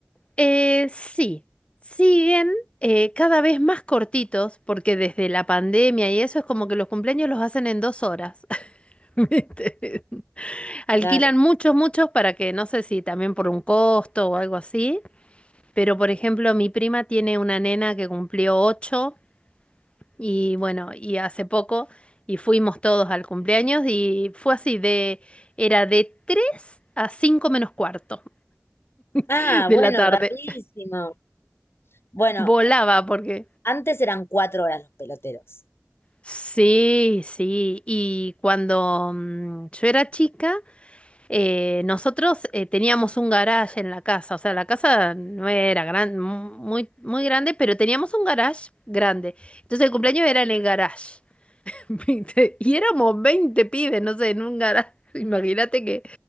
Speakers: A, on the left; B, on the left.
A: Eh, sí, siguen eh, cada vez más cortitos, porque desde la pandemia y eso es como que los cumpleaños los hacen en dos horas. <laughs> ¿Viste? Alquilan
B: Claro.
A: muchos, muchos para que, no sé si también por un costo o algo así, pero por ejemplo, mi prima tiene una nena que cumplió ocho y bueno, y hace poco y fuimos todos al cumpleaños y fue así de, era de tres a cinco menos cuarto
B: Ah,
A: <laughs> de
B: bueno,
A: la tarde.
B: rapidísimo. Bueno,
A: Volaba
B: eh,
A: porque...
B: antes eran cuatro horas los peloteros.
A: Sí, sí, y cuando mm, yo era chica... Eh, nosotros eh, teníamos un garage en la casa, o sea, la casa no era gran, mu- muy, muy grande, pero teníamos un garage grande. Entonces el cumpleaños era en el garage, <laughs> ¿viste? Y éramos 20 pibes, no sé, en un garage. <laughs> Imagínate que